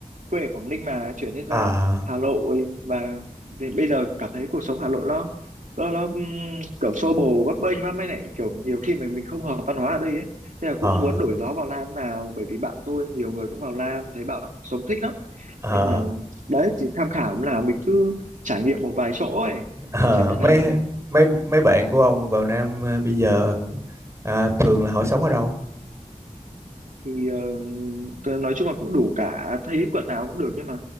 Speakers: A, on the right; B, on the right.
A: quê ở Quảng Ninh mà chuyển lên
B: à
A: ờ, Hà Nội và vì bây giờ cảm thấy cuộc sống Hà Nội nó nó nó ừm, kiểu xô bồ bấp bênh lắm mới lại kiểu nhiều khi mà mình không hợp văn hóa ở đây ấy nên là cũng
B: ờ
A: muốn đổi gió vào Nam nào bởi vì bạn tôi nhiều người cũng vào Nam thấy bảo là cuộc sống thích lắm
B: ờ
A: nhưng mà đấy thì tham khảo là mình cứ trải nghiệm một vài chỗ ấy
B: ờ,
A: xem như
B: mấy
A: nào
B: mấy mấy bạn của ông vào Nam à, bây giờ à, thường là họ sống ở đâu
A: thì ờ, tớ nói chung là cũng đủ cả thấy quận nào cũng được nhưng mà